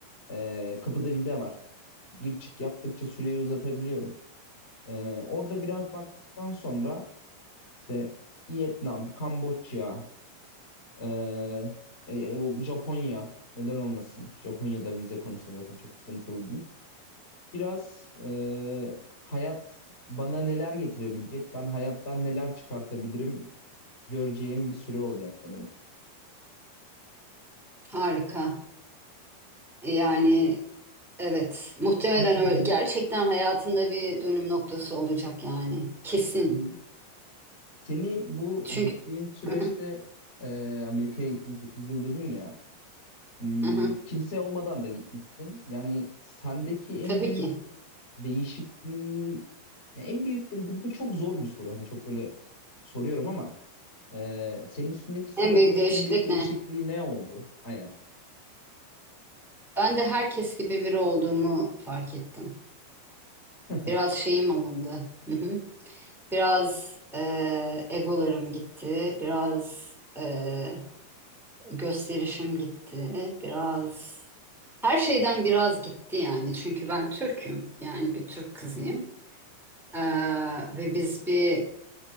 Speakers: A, on the left; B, in the centre.
A: Ee, kapıda vize var. Gir çık yaptıkça süreyi uzatabiliyorum. Ee, orada biraz baktıktan sonra işte Vietnam, Kamboçya, ee, e, Japonya neden olmasın? Japonya'da vize konusunda zaten çok sıkıntılı değil. Biraz e, hayat bana neler getirebilecek, ben hayattan neler çıkartabilirim göreceğim bir süre olacak sanırım.
B: Harika. E Yani Evet, muhtemelen
A: <laughs> Hı
B: öyle. Gerçekten hayatında bir dönüm noktası olacak yani. Kesin.
A: hı. Seni bu
B: Çünkü
A: gittiğin süreçte
B: Hı hı,
A: e, Amerika'ya gittim 8 yıl dedin ya. Hmm,
B: hı hı.
A: kimse olmadan da gitmişsin. Yani sendeki en
B: tabii
A: büyük
B: ki.
A: değişikliği ya en büyük de bu, bu çok zor bir soru. Hani çok böyle soruyorum ama e, senin üstündeki sana
B: En büyük
A: kalırsa
B: değişiklik
A: en büyük değişikliği
B: ne?
A: ne oldu? Aynen.
B: Ben de herkes gibi biri olduğumu fark ettim.
A: <laughs> Hı
B: Biraz şeyim alındı. Hı hı. Biraz eee, egolarım gitti. Biraz eee, gösterişim gitti. Biraz her şeyden biraz gitti yani. Çünkü ben Türk'üm. Yani bir Türk kızıyım.
A: hı.
B: Eee, ve biz bir